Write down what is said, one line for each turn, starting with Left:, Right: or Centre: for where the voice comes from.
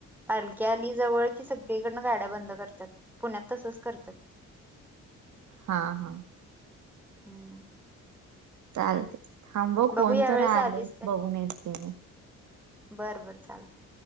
Centre: पालखी आली जवळ की सगळीकडन गाड्या बंद करतात पुण्यात तसंच करतात <unintelligible>
Right: हा हा <unintelligible>
Centre: हम <unintelligible>
Right: चालतय,, थांब हं कोणतर
Centre: बघू यावेेळेस
Right: आलय,,
Centre: आलीस
Right: बघून येते मी. <unintelligible>
Centre: बरं बरं चालतय. <unintelligible>